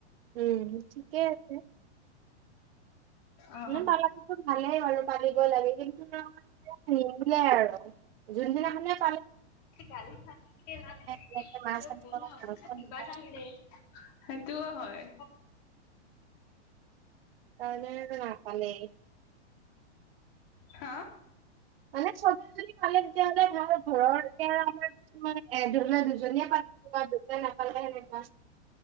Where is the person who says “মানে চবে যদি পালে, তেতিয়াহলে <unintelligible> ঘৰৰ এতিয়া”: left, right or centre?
Right